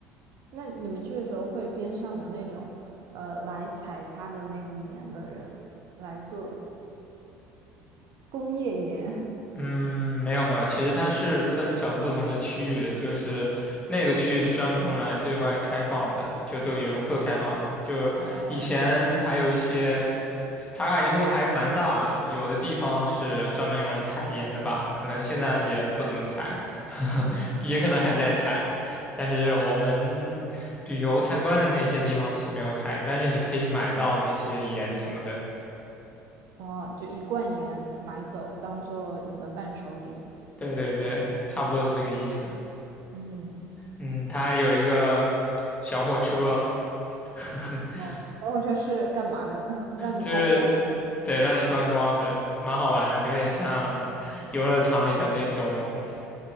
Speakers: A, on the right (about 60°); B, on the left (about 20°).
A: 那你们去的时候会边上有那种呃来采它的那个盐的人来做工业盐？<laughs>
B: 嗯，没有没有，其实它是分成不同的区域的，就是那个区域是专门用来对外开放的，就对游客开放。就以前还有一些
A: 哦
B: 茶卡盐湖还是蛮大的，有的地方是专门用来采盐的吧，可能现在也不怎么采，<laughs> 也可能还在采。
A: 哦
B: 但是我们旅游参观的那些地方是没有采，但是你可以买到那些盐什么的。
A: 哦，就一罐盐买走当做你的伴手礼。
B: 对对对，差不多是这个意思。
A: 嗯，
B: 嗯，它还有一个小火车，<laughs>
A: 哦，所以我就是干嘛的？<laughs> 让你光光的。
B: 就是对让你观光的，蛮好玩，有点像游乐场里的那种，